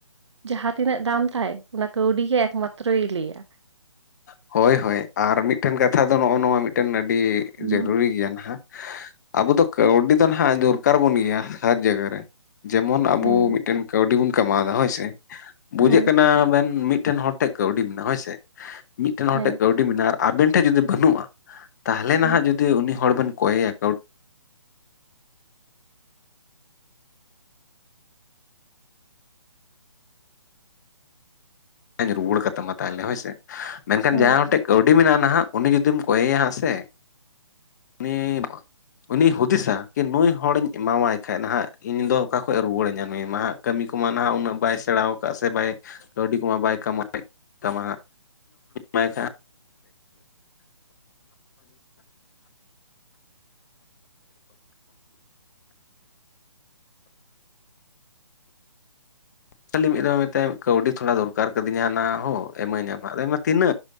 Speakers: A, on the right (about 70°); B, on the left (about 35°).
A: ᱡᱟᱦᱟᱸ ᱛᱤᱱᱟᱹᱜ ᱫᱟᱢ ᱛᱟᱭ ᱚᱱᱟ ᱠᱟᱹᱣᱰᱤ ᱜᱮ ᱮᱠᱢᱟᱛᱨᱚᱭ ᱞᱟᱹᱭᱟ
B: ᱦᱚᱭ ᱦᱚᱭ ᱟᱨ ᱢᱤᱫᱴᱮᱱ ᱠᱟᱛᱷᱟ ᱫᱚ ᱱᱚᱜᱼᱚ ᱱᱚᱣᱟᱴ ᱟᱹᱰᱤ
A: ᱦᱩᱸ
B: ᱡᱟᱹᱨᱩᱨᱤ ᱜᱮᱭᱟ ᱟᱜ ᱟᱵᱚ ᱫᱚ ᱠᱟᱹᱣᱰᱤ ᱫᱚ ᱱᱟᱦᱟᱜ ᱫᱚᱨᱠᱟᱨ ᱵᱚᱱ ᱜᱮᱭᱟ ᱥᱟᱨ ᱡᱟᱭᱜᱟ ᱨᱮ ᱡᱮᱢᱚᱱ ᱟᱵᱚ
A: ᱦᱮᱸ
B: ᱢᱤᱫᱴᱮᱱ ᱠᱟᱹᱣᱰᱤ ᱵᱚᱱ ᱠᱟᱢᱟᱣᱮᱫ ᱫᱟ ᱦᱚᱭᱥᱮ ᱵᱩᱡᱷᱟᱹᱜ
A: ᱦᱩᱸ
B: ᱠᱟᱱᱟ ᱢᱮᱱ ᱢᱤᱫᱴᱮᱱ ᱦᱚᱲ ᱴᱷᱮᱱ ᱠᱟᱹᱣᱰᱤ ᱢᱮᱱᱟᱜᱼᱟ ᱦᱚᱭ ᱥᱮ ᱢᱤᱫᱴᱮᱱ ᱦᱚᱲ
A: ᱦᱮᱸ
B: ᱴᱷᱮᱱ ᱠᱟᱹᱣᱰᱤ ᱢᱮᱱᱟᱜᱼᱟ ᱟᱨ ᱟᱵᱮᱱ ᱴᱷᱮᱱ ᱡᱩᱫᱤ ᱵᱟᱹᱱᱩᱜᱼᱟ ᱛᱟᱦᱚᱞᱮ
A: ᱦᱩᱸ
B: ᱱᱟᱦᱟᱜ ᱡᱩᱫᱤ ᱩᱱᱤ ᱦᱚᱲ ᱵᱤᱱ ᱠᱚᱭᱮᱭᱟ ᱦᱮᱧ ᱨᱩᱣᱟᱹᱲ ᱠᱟ ᱛᱟᱢᱟ ᱛᱟᱦᱚᱞᱮ ᱦᱚᱭᱥᱮ ᱢᱮᱱᱠᱷᱟᱱ
A: ᱦᱮᱸ
B: ᱡᱟᱦᱟᱸᱭ ᱦᱚᱲ ᱴᱷᱮᱱ ᱠᱟᱹᱣᱰᱤ ᱢᱮᱱᱟᱜᱼᱟ ᱱᱟᱦᱟᱜ ᱩᱱᱤ ᱡᱩᱫᱤᱢ ᱠᱚᱭᱮᱭᱟ ᱦᱟᱸᱜ ᱥᱮ ᱩᱱᱤ ᱩᱱᱤ ᱦᱩᱫᱤᱥᱟ ᱠᱤ ᱱᱩᱭ ᱦᱚᱲᱤᱧ ᱮᱢᱟᱣᱟᱭ ᱠᱷᱟᱱ ᱱᱟᱦᱟᱜ ᱤᱧ ᱫᱚ ᱚᱠᱟ ᱠᱷᱚᱱᱮ ᱨᱩᱣᱟᱹᱲᱟᱹᱧᱟ ᱱᱩᱭ ᱢᱟ ᱦᱟᱜ ᱠᱟᱹᱢᱤ ᱠᱚᱢᱟ ᱱᱟᱦᱟᱜ ᱩᱱᱟᱹᱜ ᱵᱟᱭ ᱥᱮᱬᱟ ᱟᱠᱟᱫ ᱥᱮ ᱵᱟᱭ ᱠᱟᱹᱣᱰᱤ ᱠᱚᱢᱟ ᱵᱟᱭ ᱠᱟᱢᱟᱭ ᱠᱟᱢ ᱮᱢᱟᱭ ᱠᱷ ᱠᱷᱟᱹᱞᱤ ᱢᱤᱫ ᱫᱚᱷᱟᱣ ᱢᱮᱛᱟᱭᱟ ᱠᱟᱹᱣᱰᱤ ᱛᱷᱚᱲᱟ ᱫᱚᱨᱠᱟᱨ ᱠᱟ ᱫᱤᱧᱟ ᱦᱟᱱᱟ ᱦᱚ ᱮᱢᱢᱟᱹᱧᱢ ᱟᱫᱚ ᱢᱮ ᱛᱤᱱᱟᱹᱜ